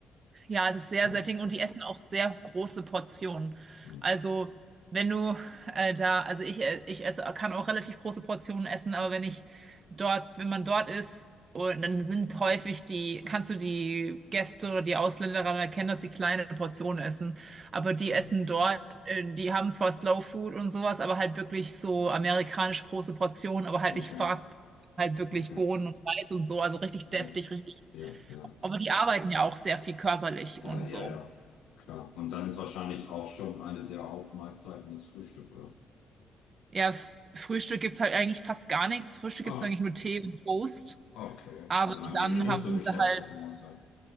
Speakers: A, on the right (about 40°); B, on the left (about 80°).
A: ja, es ist sehr
B: Ja.
A: sättigend und die essen auch sehr große Portionen.
B: Hm.
A: Also, wenn du äh, da, also ich, äh, ich esse, kann auch relativ große Portionen essen, aber wenn ich dort, wenn man dort ist, und dann sind häufig die, kannst du die Gäste oder die Ausländer daran erkennen, dass sie kleine Portionen essen. Aber die
B: Weil
A: essen
B: das-
A: dort, äh, die haben zwar Slow Food und sowas, aber halt wirklich so amerikanisch große Portionen, aber halt
B: Okay,
A: nicht Fast Food, halt wirklich
B: okay.
A: Bohnen und Reis und so, also richtig
B: Ja,
A: deftig, richtig
B: ja, ja.
A: aber die arbeiten ja auch sehr viel körperlich
B: Ja,
A: und so.
B: ja, ja, klar. Und dann ist wahrscheinlich auch schon eine der Hauptmahlzeiten das Frühstück, oder?
A: Ja, F- Frühstück gibt's halt eigentlich fast gar nichts. Frühstück
B: Ah,
A: gibt's eigentlich nur Tee und Toast.
B: okay.
A: Aber
B: Also dann
A: dann
B: gehen die nicht
A: haben
B: so gestärkt
A: sie halt,
B: aus dem Haus, ja.